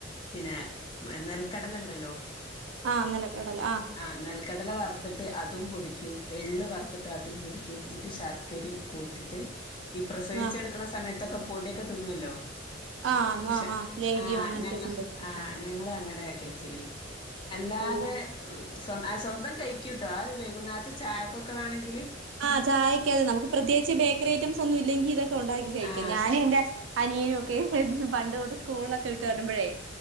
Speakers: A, on the left; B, on the right.
A: പിന്നെ നെൽക്കടലണ്ടല്ലോ
B: ആഹ് നെലക്കടല ആഹ്
A: ആ നെൽക്കടല വർത്തിട്ട് അതും പൊടിക്കും എള്ള് വർത്തിട്ടതും പൊടിക്കും ന്നിട്ട് ഷർ ക്കരിം കൂട്ടിട്ട് ഈ പ്രസവിച്ചെട്ക്ക്ണ
B: ആ
A: സമയത്തൊക്കെ പൊടിയൊക്കെ തിന്നുവല്ലോ
B: ആ
A: പക്ഷെ
B: ആ ആ ലേഗിയോ
A: ആഹ്
B: അങ്ങനത്തെ
A: ഞങ്ങ
B: സംഭവം
A: ആഹ് ഞാങ്ങള് അങ്ങനെ കഴിക്കല് അല്ലാതെ
B: ഓ
A: സ്വ സ്വന്തം കഴിക്കുട്ടോ അത് വൈകുന്നേരത്ത് ചായക്കൊക്കെ വേണങ്കില്
B: ആഹ് ചായൊക്കെ അതെ നമക്ക് പ്രത്യേകിച്ച് ബേക്കറി ഐറ്റംസ് ഒന്നും ഇല്ലങ്കിൽ ഇത് ഉണ്ടാക്കി കഴിക്കും
A: ആ
B: ഞാനും എന്റെ അനിയനും ഒക്കെ പണ്ട് തൊട്ട് സ്കൂളിലൊക്കെ വിട്ട് വരുമ്പോഴേ